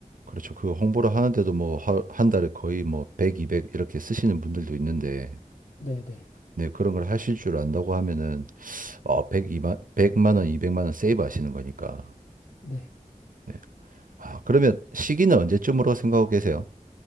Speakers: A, on the right; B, on the left.
A: 그렇죠. 그 홍보를 하는데도 뭐 한 달에 거의 뭐 100, 200 이렇게 쓰시는 분들도 있는데,
B: 네, 네,
A: 네, 그런 걸 하실 줄 안다고 하면은, 어, 100, 만백만 원, 200만 원 세이브 하시는 거니까.
B: 네.
A: 네. 아, 그러면 시기는 언제쯤으로 생각하고 계세요?